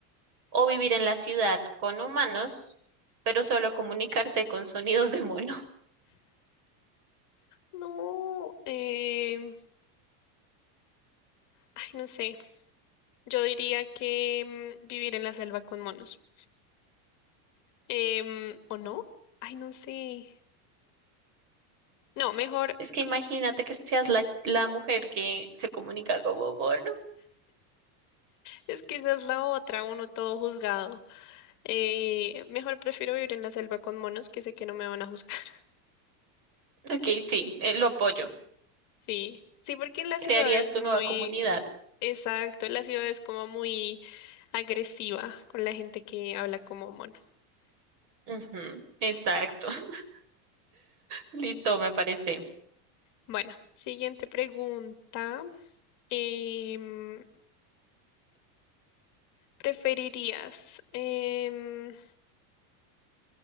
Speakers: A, on the right; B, on the left.
A: ¿O vivir en la ciudad con humanos, pero solo comunicarte con sonidos de mono? <laughs>
B: No, em, ay, no sé. Yo diría que mm, vivir en la selva con monos. Em, ¿o no? Ay, no sé. No, mejor,
A: Es que imagínate que seas la, la mujer que se comunica como mono.
B: es que esa es la otra, uno todo juzgado. Eh, mejor prefiero vivir en la selva con monos que sé que no me van a juzgar. <laughs>
A: Ok, sí, eh, lo apoyo.
B: Sí, sí, porque en la ciudad
A: ¿Crearías
B: es
A: tu
B: muy,
A: nueva comunidad?
B: exacto, en la ciudad es como muy agresiva con la gente que habla como mono.
A: Ujú, Exacto. <laughs> Listo, me parece.
B: Bueno, siguiente pregunta. Em, ¿preferirías em,